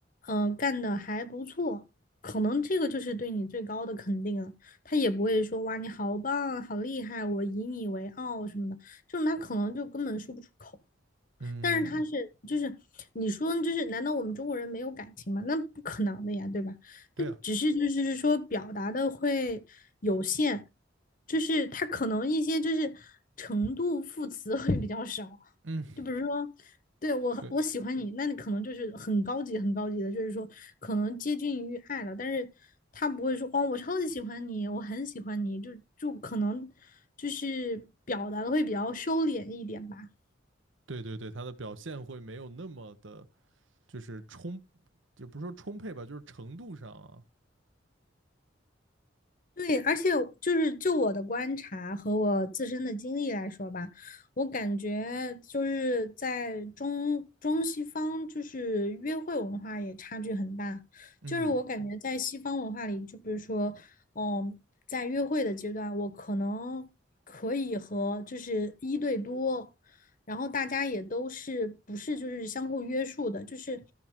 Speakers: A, on the left; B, on the right.
A: 呃，干的还不错，可能这个就是对你最高的肯定了。他也不会说哇，你好棒，好厉害，我以你为傲什么的，就种他可能就根本说不出口。
B: 嗯，
A: 但是他是就是你说就是难道我们中国人没有感情吗？那不可能的呀，对吧？
B: 对啊，
A: 那只是就是说表达的会有限，就是他可能一些就是程度副词会比较少，
B: 嗯，
A: 就比如说。对我，
B: 对
A: 我喜欢你，那你可能就是很高级、很高级的，就是说可能接近于爱了，但是他不会说哦，我超级喜欢你，我很喜欢你，就就可能就是表达的会比较收敛一点吧。
B: 对对对，他的表现会没有那么的。就是充，也不是说充沛吧，就是程度上啊，
A: 对，而且就是就我的观察和我自身的经历来说吧，我感觉就是在中中西方就是约会文化也差距很大。
B: 嗯
A: 就是我感觉在西方文化里，就比如说，嗯，在约会的阶段，我可能可以和就是一对多然后大家也都是不是就是相互约束的，就是，